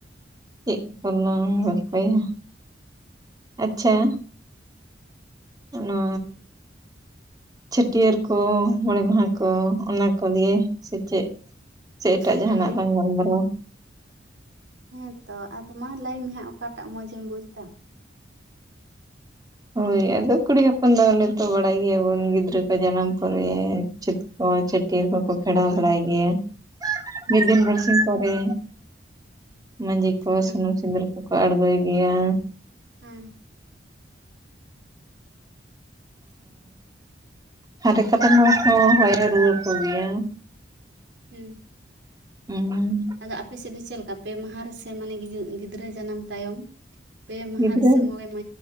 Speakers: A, on the right; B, on the right.
A: ᱪᱮᱫ ᱠᱚᱞᱟᱝ ᱜᱚᱞᱯᱚᱭᱟ ᱟᱪᱪᱷᱟ ᱚᱱᱟ ᱪᱷᱟᱹᱴᱭᱟᱹᱨ ᱠᱚ ᱢᱚᱬᱮ ᱢᱟᱦᱟ ᱠᱚ ᱚᱱᱟ ᱠᱚᱞᱤᱭᱮ ᱥᱮ ᱪᱮᱫ ᱥᱮ ᱮᱴᱟᱜ
B: ᱦᱮᱸ
A: ᱡᱟᱦᱟᱱᱟᱜ ᱞᱟᱝ ᱜᱟᱞᱢᱟᱨᱟᱣᱟ
B: ᱦᱮᱸᱛᱚ ᱟᱫᱚ ᱢᱟ ᱞᱟᱹᱭ ᱢᱮ ᱦᱟᱜ ᱚᱠᱟᱴᱟᱜ ᱢᱚᱡᱽ ᱮᱢ ᱵᱩᱡᱽ ᱮᱫᱟ᱾
A: ᱦᱳᱭ ᱟᱫᱚ ᱠᱩᱲᱤ ᱦᱚᱯᱚᱱ ᱫᱚ ᱚᱱᱮ ᱛᱚ ᱵᱟᱲᱟᱭ ᱜᱮᱭᱟᱵᱚᱱ ᱜᱤᱫᱽᱨᱟᱹ ᱠᱚ ᱡᱟᱱᱟᱢ ᱯᱚᱨᱮ ᱪᱮᱫ ᱠᱚ ᱪᱷᱟᱹᱴᱭᱟᱹᱨ ᱠᱚᱠᱚ ᱯᱷᱮᱲᱟᱣ ᱵᱟᱲᱟᱭ ᱜᱮᱭᱟ᱾
B: ᱦᱮᱸ
A: ᱢᱤᱫ ᱫᱤᱱ ᱵᱟᱨᱥᱤ ᱯᱚᱨᱮ ᱢᱟᱹᱡᱷᱤ ᱠᱚ
B: ᱦᱮᱸ
A: ᱥᱩᱱᱩᱢ ᱥᱤᱸᱫᱩᱨ ᱠᱚᱠᱚ ᱟᱲᱜᱳᱭ ᱜᱮᱭᱟ᱾
B: ᱦᱮᱸ <inaudible>
A: <unintelligible> ᱠᱟᱛᱮᱱ ᱦᱚᱲ ᱠᱚ ᱦᱚᱭ ᱨᱮ ᱨᱩᱣᱟᱹᱲ ᱠᱚᱜᱮᱭᱟ
B: ᱦᱮᱸ
A: ᱦᱩᱸᱻ
B: ᱟᱫᱚ ᱟᱯᱮ ᱥᱮᱫ ᱫᱚ ᱪᱮᱫ ᱞᱮᱠᱟ ᱯᱮ ᱢᱟᱦᱟ ᱨᱮ ᱥᱮ ᱢᱟᱱᱮ ᱜᱤᱫᱽᱨᱟᱹ ᱡᱟᱱᱟᱢ ᱛᱟᱭᱚᱢ᱾ ᱯᱮ ᱢᱟᱦᱟ
A: ᱜᱤᱫᱽᱨᱟᱹ
B: ᱨᱮ ᱥᱮ ᱢᱚᱬᱮ ᱢ